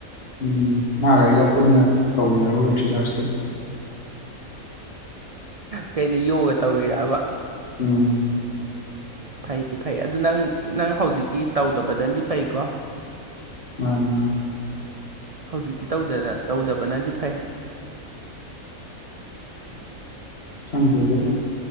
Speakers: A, on the left; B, on the right.
A: ꯎꯝ ꯃꯥꯒ ꯑꯩꯒ ꯄꯨꯟꯅ ꯇꯧꯃꯤꯟꯅꯔꯨꯒ ꯑꯦꯛꯁꯔꯁꯥꯏꯖꯇꯣ
B: ꯀꯩꯅ ꯌꯣꯒ ꯇꯧꯔꯤꯔꯕ
A: ꯎꯝ
B: ꯐꯩ ꯐꯩ ꯑꯗꯨ ꯅꯪ ꯅꯪ ꯍꯧꯖꯤꯛꯇꯤ ꯇꯧꯗꯕꯗꯗꯤ ꯐꯩꯀꯣ
A: ꯃꯥꯅꯦ ꯃꯥꯅꯦ
B: ꯍꯧꯖꯤꯛꯇꯤ ꯇꯧꯗꯕꯅꯗꯤ ꯐꯩ
A: ꯁꯪꯗꯦ ꯑꯗꯣ
B: ꯅꯪ